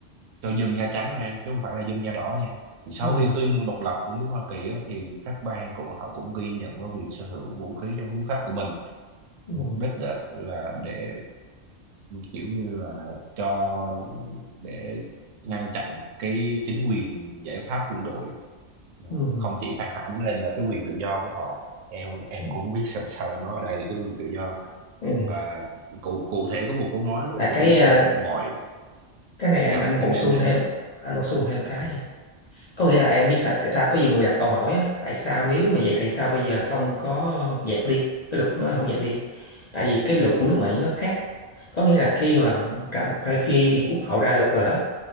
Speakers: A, on the right; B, on the left.
A: cho dân da trắng thôi em chứ không phải là dân da đỏ nha Thì sau
B: ừ,
A: khi tuyên ngôn độc lập của nước Hoa Kỳ á, thì các bang của họ cũng ghi nhận cái quyền sở hữu vũ khí trong hiến pháp của mình
B: ừ,
A: mục đích á, là để kiểu như là cho để ngăn chặn cái chính quyền giải pháp quân đội mà
B: ừ,
A: không chỉ phản ánh lên là cái quyền tự do của họ em em
B: ừ.
A: cũng không biết sao, sao là nó ở đây là cái quyền tự do
B: Ừ.
A: và cụ cụ thể có một câu nói rất
B: là
A: là nổi
B: cái
A: tiếng
B: à,
A: là mọi
B: cái này anh
A: dạ
B: anh bổ
A: em em,
B: sung
A: em
B: thêm anh bổ sung thêm cái
A: dạ,
B: nha. có nghĩa là em biết sạch tại sao có nhiều người đặt câu hỏi á, là tại sao nếu mà vậy tại sao bây giờ không có dẹp đi cái luật nó không dẹp đi tại vì cái luật
A: ừ,
B: của nước Mỹ nó khác có nghĩa là khi mà ra một khi quốc hội ra luật rồi đó